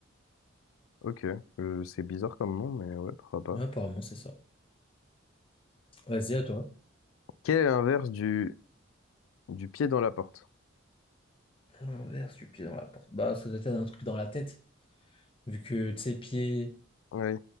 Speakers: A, on the left; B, on the left.
A: Ok, euh, c'est bizarre comme nom, mais ouais, pourquoi pas.
B: mais apparemment, c'est ça. Vas-y, à toi.
A: Quel est l'inverse du, du pied dans la porte?
B: L'inverse du pied dans la porte. Bah, ça doit être un truc dans la tête. Vu que, tu sais, pied,
A: Oui.